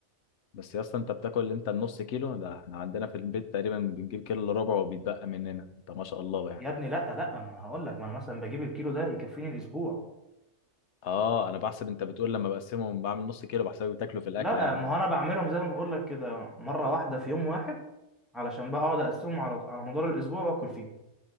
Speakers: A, on the left; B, in the centre.
A: بس يا اسطى انت بتاكل انت النص كيلو ده احنا عندنا في البيت تقريبا بنجيب كيلو الا ربع وبيتبقى مننا انت ما شاء الله بقى يعني
B: يا ابني لا لا ما انا هقول لك ما انا مثلا بجيب الكيلو ده يكفيني الاسبوع
A: اه انا بحسب انت بتقول لما بقسمهم بعمل نص كيلو بحسبك بتاكله في الاكله
B: لا
A: يعني
B: ما هو انا بعملهم زي ما بقول لك كده مره واحده في يوم واحد علشان بقى اقعد اقسمهم على على مدار الاسبوع واكل فيهم